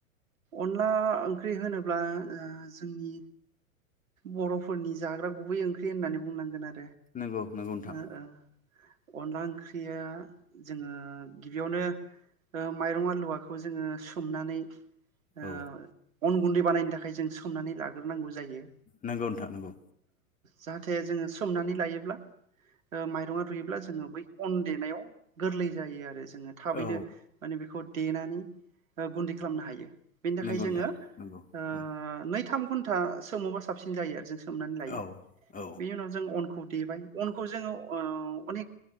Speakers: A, on the right; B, on the left.
A: अनला ओंख्रि होनोब्ला ओ जोंनि बर'फोरनि जाग्रा गुबै ओंख्रि होननानै बुंनांगोन आरो
B: नोंगौ नोंगौ नोंथां।
A: ओ ओ अनला ओंख्रिया जोङो गिबियावनो ओ माइरं आलुवाखौ खौ जोङो सोमनानै ओ
B: औ
A: अन गुन्दै बानायनो थाखाय जों सोमनानै लागोन। लाग्रो नांगौ जायो।
B: नंगौ नोंथां नंगौ
A: जाहाथे जोङो सोमनानै लायोब्ला ओ माइरङा रुयोब्ला जोङो बै अन देनायाव गोरलै जायो आरो। जोङो थाबैनो
B: औ
A: माने बेखौ देनानै ओ गुन्दै खालामनो हायो। बेनि थाखाय
B: नंगौ
A: जोङो
B: नोंथां नंगौ
A: ओ
B: उम
A: नै थाम घन्टा सोमोबा साबसिन जायो आरो जों सोमनानै लायो
B: औ औ
A: बेनि उनाव जों अनखौ देबाय अनखौ जोङो ओ अनेक